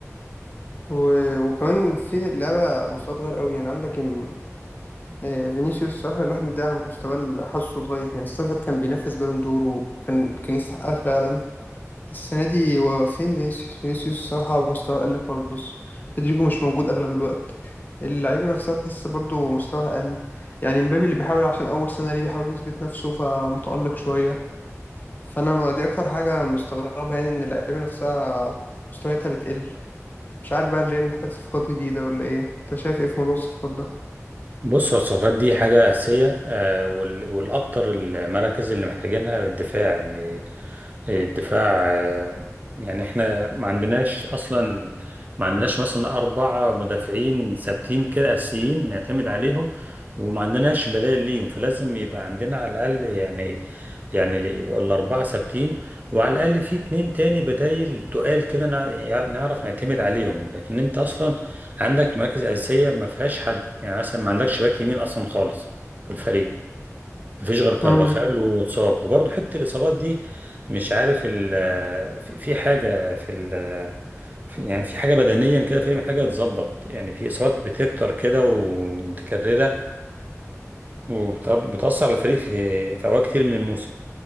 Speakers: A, on the left; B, on the right.
A: و... وكمان في لعبة مستوى صغير قوي يعني عندك ام... آه، فينيسيوس الصراحة الواحد مديه على مستوى ال- حاسه صغير يعني السنة اللي فاتت كان بينافس بالون دور وكان كان يستحقها فعلا السنة دي هو فين فينيسيوس فينيسيوس الصراحة مستوى أقل خالص رودريجو مش موجود أغلب الوقت اللعيبة نفسها تحس برضو مستواها أقل يعني مبابي اللي بيحاول عشان أول سنة ليه بيحاول يثبت نفسه فمتألق شوية فأنا ما- دي أكتر حاجة مستغربة يعني إن اللعيبة نفسها مستوياتها بتقل مش عارف بقى الريال محتاج صفقات جديدة ولا ايه انت شايف ايه في موضوع الصفقات ده
B: بص هو الصفقات دي حاجة أساسية آه، وال- والأكتر المراكز اللي محتاجينها الدفاع يعني الدفاع آه، يعني احنا ما عندناش أصلا ما عندناش مثلا أربعة مدافعين ثابتين كده أساسيين نعتمد عليهم وما عندناش بدائل ليهم فلازم يبقى عندنا على الأقل يعني يعني اللي يبقوا الأربعة ثابتين وعلى الأقل في اتنين تاني بدايل تقال كده نع- يعني نعرف نعتمد عليهم لكن أنت أصلا عندك مراكز أساسية ما فيهاش حد يعني مثلا ما عندكش باك يمين أصلا خالص في الفريق ما فيش غير كارفاخال
A: مم.
B: واتصاب وبرضه حتة الإصابات دي مش عارف ال في في حاجة في ال في يعني في حاجة بدنيا كده في محتاجة تتظبط يعني في إصابات بتكتر كده ومتكررة وبتأثر على الفريق في في أوقات كتير من الموسم